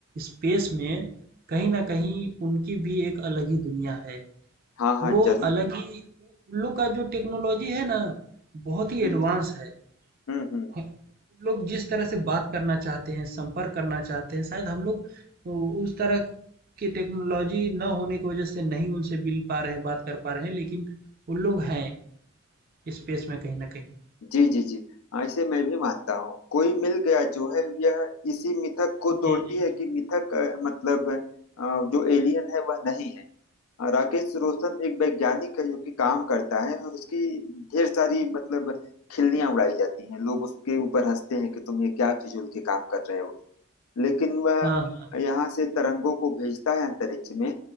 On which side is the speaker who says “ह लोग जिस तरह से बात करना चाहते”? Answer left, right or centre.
Right